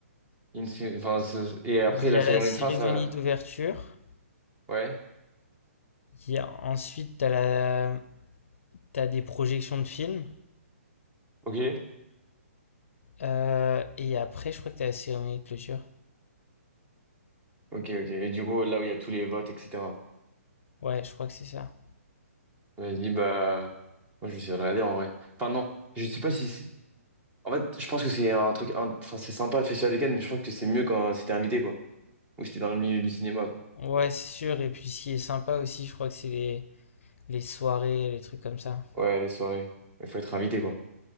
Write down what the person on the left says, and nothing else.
Il y
a
la cérémonie
d'ouverture.
Il y a ensuite, t'as la, t'as des projections de films.
Euh, et après, je crois que t'as la cérémonie de clôture.
Ouais, je crois que c'est ça.
Ouais, c'est sûr. Et puis, ce qui est sympa aussi, je crois que c'est les, les soirées, les trucs comme ça.